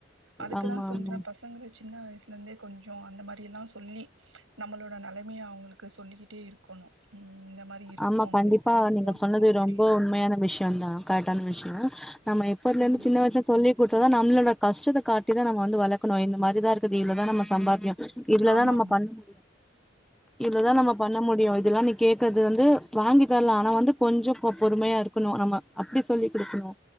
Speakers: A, on the right; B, in the centre.
A: அதுக்குதா
B: ஆமா
A: சொல்றே
B: ஆமா
A: பசங்கள சின்ன வயசுல இருந்தே கொஞ்சோ அந்த மாரி எல்லா சொல்லி நம்மளோட நெலமைய அவங்களுக்கு சொல்லிக்கிட்டே இருக்கணு ம் இந்த மாரி இருக்கும்.
B: ஆமா கண்டிப்பா
A: நம்ம இப்டி இருக்கோம்
B: நீங்க சொன்னது
A: நம்ம அப்டி
B: ரொம்ப உண்மையான விஷ் வந்தா கரெக்ட் ஆனா விஷ்யோ நம்ம எப்போதுல இருந்து
A: ம்.
B: சின்ன வயசுக்கு சொல்லி கொடுத்தா தா நம்மளோட கஷ்டத்த காட்டிதா நம்ம வந்து வளக்கணு இந்த மாரி தா இருக்குதுஇ இவ்ளோ தா நம்ம சம்பாத்தியோ இவ்ளதா
A: ஆமா.
B: நம்ம பண்ண இவ்ளதா நம்ம பண்ண முடியு முடியு இதெல்லா நீ கே்கறது வந்து வாங்கி தர்லா ஆனா வந்து கொஞ்சோ பொறுமையா இருக்கணு நம்ம அப்டி சொல்லி கொடுக்கணு